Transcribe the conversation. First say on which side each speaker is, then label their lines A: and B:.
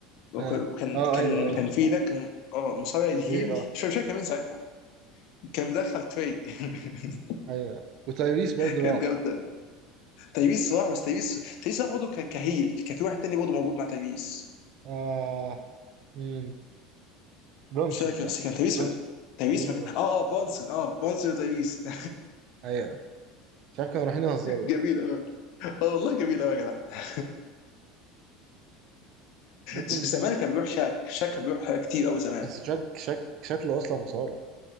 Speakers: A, on the left; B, on the right.
A: وك-
B: اه
A: وكان
B: اه
A: كان
B: ايوه اه
A: كان في ده كان اه مصارع الهيل
B: تري راح
A: مش
B: ايوه
A: فاكر كان مين ساعتها كان مدخل تري <laughs>
B: ايوه وتايريس برضو راح
A: كانت جامده تيبيس صراحه بس تيبيس تيبيس صراحه برضه ك- كهيل كان في واحد تاني برضه موجود مع تيبيس
B: آه مين برونسون
A: مش فاكر
B: صح؟
A: بس كان تيبيس
B: برونسون
A: ولا- تيبيس
B: جيلين
A: مك...
B: برونسون
A: اه اه برونسون اه برونسون وتيبيس <laughs>
B: ايوه مش عارف كانوا رايحين يهزروا
A: جميل
B: والله
A: اه اه والله جميل قوي يا جدع <laughs>
B: برضو
A: زمان
B: م-
A: كان بيروح شاك شاك كان بيروح كتير قوي زمان
B: بس شك شك شكله اصلا مصارع